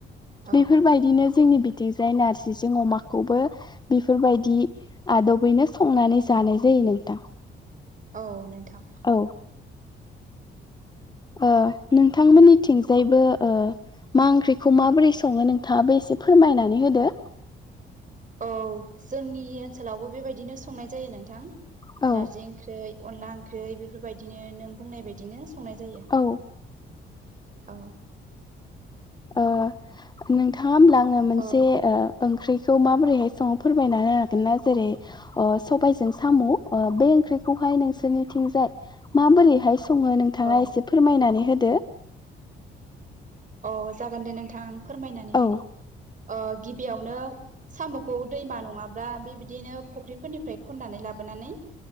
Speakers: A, on the right; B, on the left.
A: औ
B: बेफोरबायदिनो जोंनि बिथिंजाय नारजिजों अमाखौबो बेफोरबायदि आदबैनो संनानै जानाय जायो। नोंथां
A: औ नोंथां।
B: औ ओ नोंथांमोननिथिंजायबो ओ मा ओंख्रिखौ माबोरै संङो नोंथांङा बो एसे फोरमायनानै होदो
A: औ जोंनि ओनसोलावबो बेबायदिनो संनाय जायो नोंथां
B: औ
A: नारजि ओंख्रै अनला ओंख्रै बेफोरबायदिनो नों बुंनाय बायदिनो संनाय जायो
B: औ
A: औ
B: ओ नोंथांङा होमब्ला आंनो मोनसे
A: औ
B: ओ ओंख्रि खौ माबोरैहाय संङो फोरमायनाहोनो हागोन ना जेरै ओ सबायजों साम' ओ बे ओंंख्रिखौ नोंसोरनिंजाय माबोरैहाय संङो नोंथांङा
A: औ
B: एसे फोरमायनानै होदो।
A: अ जागोन दे नोंथां आं फोरमायनानै होनि
B: औ
A: ओ गिबियावनो साम'खौ दैमा नंङाब्ला बेबायदिनो फुख्रिफोरनिफ्राय खननानै लाबोन नानै